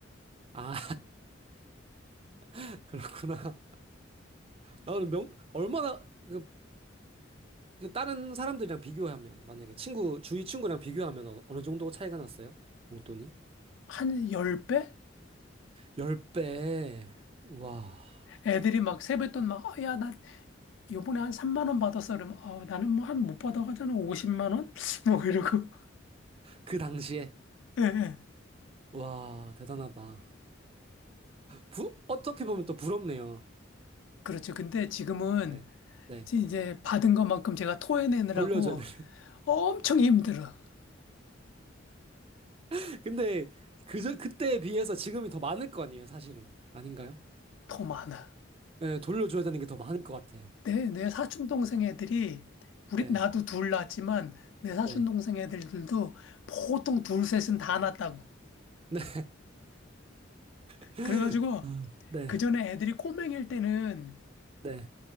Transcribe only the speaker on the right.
아, <laughs> 그렇구나. 아, 그럼 명, 얼마나, 그, 그 다른 사람들이랑 비교하면, 만약에 친구, 주위 친구랑 비교하면 어, 어느 정도 차이가 났어요? 용돈이?
10배. 우와.
그 당시에.
와, 대단하다. 부, 어떻게 보면 또 부럽네요.
네, 네.
돌려줘야 돼.
<laughs> 근데, 그저, 그때에 비해서 지금이 더 많을 거 아니에요, 사실은. 아닌가요?
네, 돌려줘야 되는 게 더 많을 것 같아.
네.
네.
네. <laughs>
아, 네.
네.